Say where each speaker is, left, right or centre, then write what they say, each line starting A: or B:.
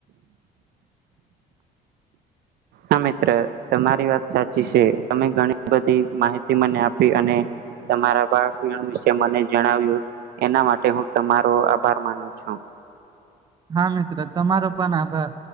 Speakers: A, on the right; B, on the right.
A: હા મિત્ર તમારી વાત સાચી છે તમે ઘણી બધી માહિતી મને આપી અને તમારા બાળપણ વિશે મને જણાવ્યું એના માટ હું તમારો આભાર માનું છું.
B: હા મિત્ર તમારો પણ આભાર.